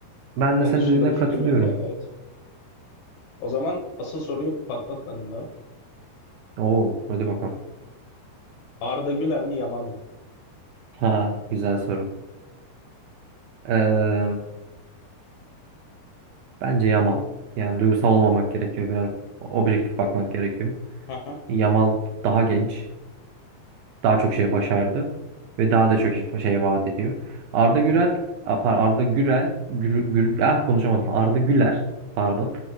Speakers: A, on the right; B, on the left.
A: ben
B: Onun
A: de senin
B: dışında
A: dediğine
B: bir fikrim
A: katılıyorum.
B: yok yani evet. O zaman asıl soruyu patlatmadım daha.
A: Oo, hadi bakalım.
B: Arda Güler mi Yamal mı?
A: Ha, güzel soru. Ee, bence Yamal. Yani duygusal olmamak gerekiyor biraz. Objektif bakmak gerekiyor.
B: Aha,
A: Yamal daha genç, daha çok şey başardı ve daha da çok şey vaat ediyor. Arda Gürel, a, par- Arda Gürel, Gür, Gür- ah konuşamadım. Arda Güler, pardon.